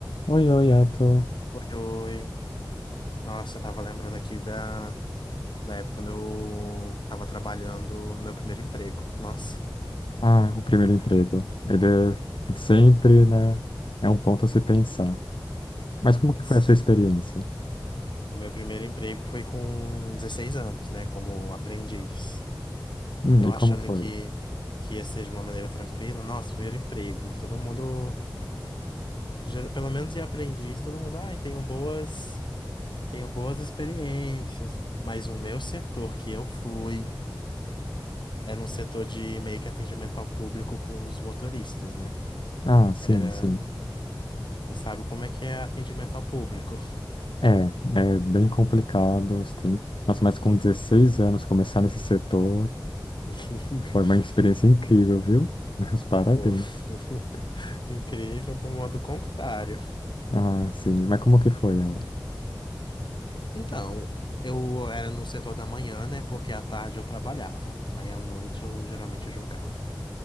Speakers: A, on the left; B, on the left.
A: Oi, oi, Yato.
B: Oi, oi. Nossa, eu tava lembrando aqui da, da época quando eu tava trabalhando no meu primeiro emprego. Nossa.
A: Ah, o primeiro emprego. Ele é sempre, né? É um ponto a se pensar. Mas como que
B: Tss.
A: foi a sua experiência?
B: O meu primeiro emprego foi com 16 anos, né? Como aprendiz.
A: Hum,
B: Eu
A: e
B: achando
A: como foi?
B: que, que ia ser de uma maneira tranquila. Nossa, primeiro emprego. Todo mundo, ger- pelo menos em aprendiz, todo mundo, ai, tenho boas, tenho boas experiências. Mas o meu setor que eu fui era um setor de meio que atendimento ao público com os motoristas, né?
A: Ah, sim,
B: Era.
A: sim.
B: E sabe como é que é atendimento ao público?
A: É, é bem complicado. Sim. Nossa, mas com 16 anos começar nesse setor
B: <laughs>
A: foi uma experiência incrível, viu? <laughs> Meus parabéns.
B: Foi <laughs> incrível do modo contrário.
A: Ah, sim. Mas como que foi ela?
B: Então, eu era no setor da manhã, né? Porque à tarde eu trabalhava. Aí à noite eu geralmente jogava.